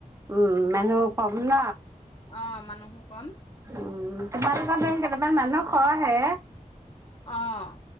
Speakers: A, on the right; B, on the left.
A: উম', মানুহ কম ন।
B: অ মানুহো কম
A: উম ', তোমালোকৰ কেইটামান মানুহ খহে।
B: অহ ',